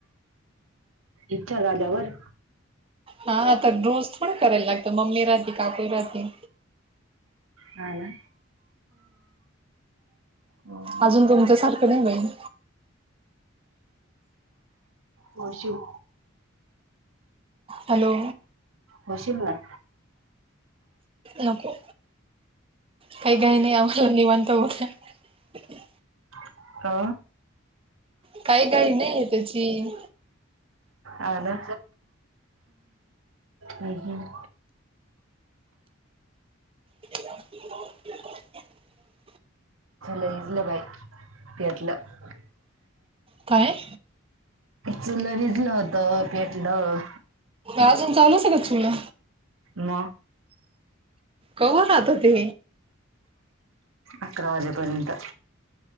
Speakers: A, on the right; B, on the right.
A: इच्छा झाल्यावर?
B: हा, तर रोज थोडी करायला लागतं मम्मी राहती काकूही राहती.
A: ह ना. हम्म.
B: अजून तुमच्या सारखं नाही बाई.
A: नशीब.
B: हॅलो!
A: बशील ना.
B: नको. काही-काही नाही आम्हाला निवांत बोल <unintelligible>
A: अ?
B: काही घाई नाही त्याची
A: अ ना? ह ह.
B: <unintelligible>
A: लं इजलं बाई तेटलं.
B: काय?
A: चुलं विजलं होत पेटलं.
B: अजून चालूच का चुला?
A: म.
B: कव्ह नव्हतं ते?
A: अकरा वाजेपर्यंत.